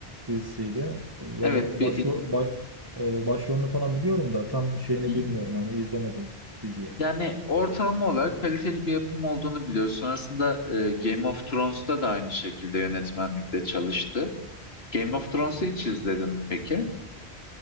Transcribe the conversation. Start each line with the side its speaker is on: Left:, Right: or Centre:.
Right: dizisiydi ve
Left: evet bir
Right: başro ba- e, başrolünü falan biliyorum da tam şeyini
Left: Hı?
Right: bilmiyorum hani izlemedim diziyi.
Left: yani ortalama olarak kaliteli bir yapım olduğunu biliyoruz. Sonrasında e, Game of Thrones'ta da aynı şekilde yönetmenlikte çalıştı. Game of Thrones'u hiç izledin mi peki?